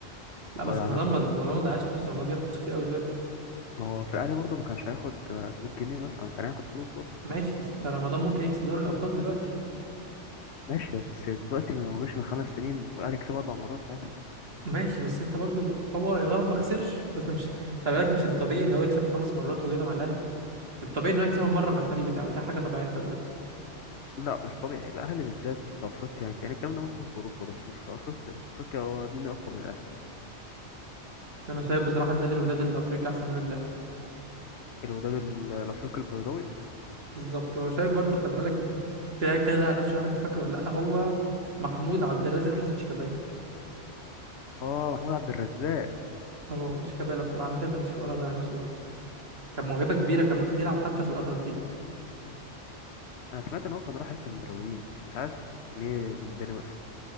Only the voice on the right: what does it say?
لا بس
رمضان
ما رمضان
ما ضيعش نفسه رمضان بياخد فلوس كتير قوي دلوقتي
ماشي بس انت
رمضان ممكن يكسب دوري الابطال دلوقتي
ماشي بس انت برضو هو يعتبر ما خسرش اصل مش خلي بالك مش الطبيعي ان هو يكسبها خمس مرات وكده مع الاهلي الطبيعي ان هو يكسبها مره مع الفريق بتاعه دي حاجه طبيعيه خلي بالك
انا شايف بصراحه النادي الوداد الافريقي احسن من النادي الاهلي
بالظبط هو شايف برضه خلي بالك ان في لعيب تاني ضيع نفسه مش عارف انت فاكره ولا لا هو محمود عبد الرازق حسن شيكابالا
اه شيكابالا بصراحه انا شايف ان شيكابالا ضيع نفسه برضه كان موهبه كبيره كان ممكن يلعب حتى في الارجنتين